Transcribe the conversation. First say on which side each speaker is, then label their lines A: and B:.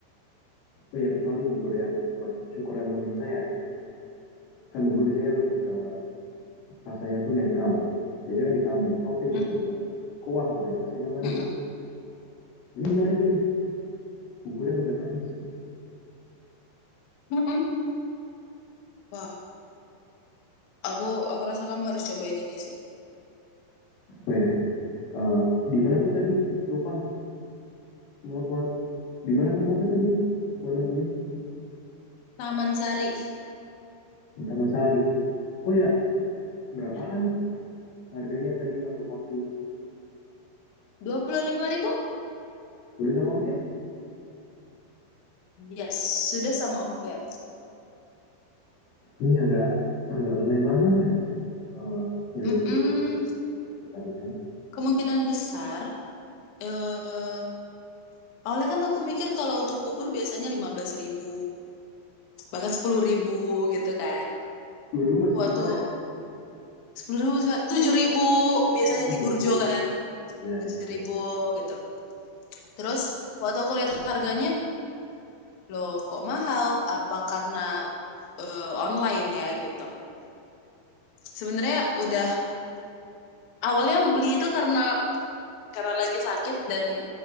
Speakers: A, on the left; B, on the left.
A: oh ya kecuali bubur yang buat syukuran atau gimana ya. Kan bubur biasanya lebih ke rasanya tuh netral gitu. Biasanya kan ditambahin topping
B: Mm-mm.
A: atau ditambahin kuah gitu biar rasanya manis.
B: Mm-mm.
A: Ini menarik nih, bubur yang udah manis. Gitu.
B: Mm-mm. Wah, aku aku rasa kamu harus cobain ini sih.
A: Oh ya, eh, di mana tuh tadi? Lupa, maaf maaf. Di mana tempatnya tadi? Mana beli?
B: Taman Sari.
A: Di Taman Sari. Oh ya, berapaan
B: Ya.
A: harganya tadi satu porsi?
B: dua puluh lima ribu?
A: Udah sama ongkir?
B: Yes, sudah sama ongkir.
A: Ini hmm, agak agak lumayan mahal ya. Eh, ngelihat
B: mm
A: dia tempat hitam.
B: Kemungkinan besar, eh awalnya kan aku mikir kalau untuk bubur biasanya lima belas ribu, bahkan sepuluh ribu gitu kan.
A: 2000 masih
B: Waktu
A: mahal ya?
B: 10 ribu, 7 ribu biasanya
A: Ya, 7000.
B: di Burjo kan,
A: Ya,
B: 7
A: di Burjo.
B: ribu gitu. Terus waktu aku lihat harganya, loh kok mahal? Apa karena eh, online ya gitu. Sebenarnya udah awalnya beli itu karena karena lagi sakit dan